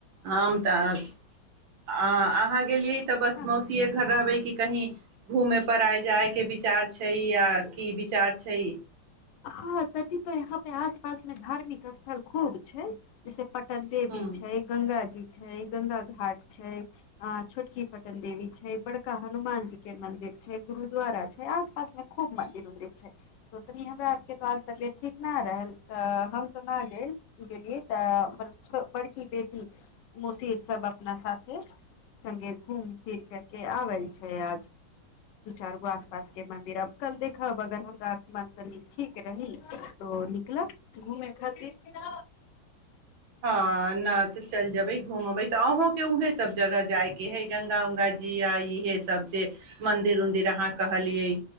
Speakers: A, on the right (about 75°); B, on the left (about 65°).
A: आम तऽ आ अहाँ गेलियै तऽ बस
B: हँ
A: मौसीे घर रहबै कि कही घूमे पर आय जाय के विचार छै आा की विचार छै
B: हँ तथी तो यहाँ पे आस पास मे धार्मिक स्थ स्थल खूब छै जैसे पटन देवी
A: ह
B: छै गंगा जी छै गङंगा घाट छै अ छोटकी पटन देवी छै बड़ हनुमान जी के मंदिर छै गुरुद्वारा छै आसपास मे खूब मंदिर उंदिर छै कनी हमरा आरके तऽ आज तबियत ठीक नहि रहल तऽ हम तऽ नहि गेल गेलियै तऽ मतलब बड़की बेटी मसीर सब अपना साथे सगे घूम फिर करके आवल छै आज दू चार गो आस पास के मंदिर अब कल देखब अगर हम र म तनी ठीक रही तो निकलब घूमेय खातिर
A: ह न तऽ चलि जेबै घूमबे त तऽ अहूँके उएहे सभ जगह जाइके हइ ग्गा उङ्गा जी आा इहे सब जे मन्दिर उन्दिर अहाँ कहलियै